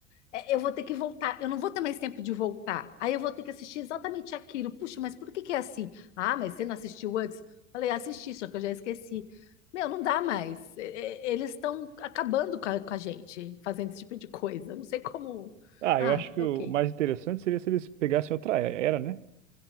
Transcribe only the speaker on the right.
Ah,
eu acho que
o mais interessante seria se eles pegassem outra era, né?